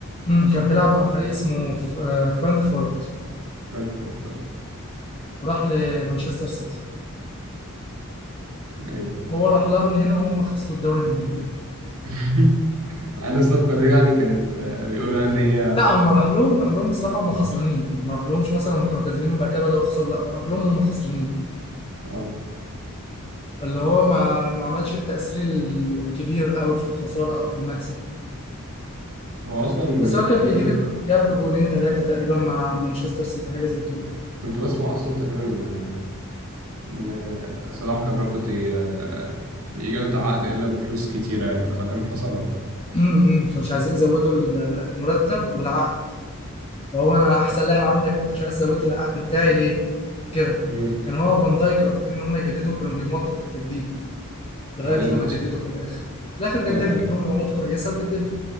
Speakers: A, on the left (about 25°); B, on the right (about 90°).
A: أمم، كان بيلعب مع فريق اسمه ف- آه، فرانكفورت
B: فرانكفورت آه.
A: وراح لمانشستر سيتي
B: أيوه
A: هو راح لها من هنا وهم خسروا الدوري من هنا
B: <laughs> عن الصفقة دي يعني كانت آه، بيقولوا يعني إن هي
A: لا هم راح لهم راح لهم بصراحه هم خسرانين يعني ما راح لهمش مثلا هم كانوا كسبانين وبعد كده بداوا يخسروا لا هو راح لهم هم خسرانين
B: اه
A: اللي هو ما ما عملش التاثير الكبير قوي في الخساره او في المكسب
B: هو أصلا
A: بس
B: يعني
A: هو كان
B: تقريبا
A: بيجيب الج- جاب له جونين ثلاثه تقريبا مع مانشستر سيتي حاجه زي كده
B: كنت بسمع أصلا تقريبا آه، إن صلاح كان رافض ي- آه، يجدد عقد إلا بفلوس كتيرة يعني فده كان حصل ولا؟
A: امم كانوا مش عايزين يزودوا ال- المرتب والعقد فهو انا احسن لاعب عندك وانت مش عايز تزود لي العقد بتاعي ليه كده
B: مم.
A: كان هو فان دايك رافضين ان هم يجددوا كانوا بيمطلوا في التجديد لغايه
B: وبعدين اللي
A: لما
B: حصل
A: جددوا في الاخر في الاخر
B: آه
A: جددوا ادوهم وعود كويسه وجددوا